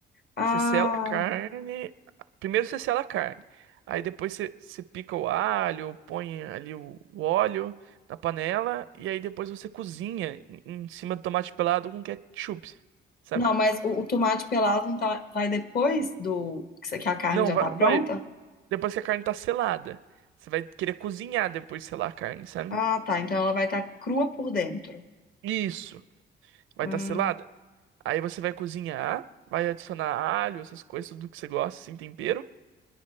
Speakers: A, on the left; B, on the right.
A: Ah.
B: Você sela a carne. Primeiro você sela a carne. Aí depois você, você pica o alho, põe ali o, o óleo na panela. E aí depois você cozinha em, em cima do tomate pelado com ketchup. Sabe?
A: Não, mas o, o tomate pelado então vai depois do que se- que a carne
B: Não,
A: já
B: vai,
A: tá
B: vai-
A: pronta?
B: Depois que a carne tá selada. Você vai querer cozinhar depois de selar a carne, sabe?
A: Ah, tá. Então ela vai estar crua por dentro.
B: Isso. Vai
A: Hum,
B: estar tá selada. Aí você vai cozinhar. Vai adicionar alho, essas coisas, tudo que você gosta, assim, tempero.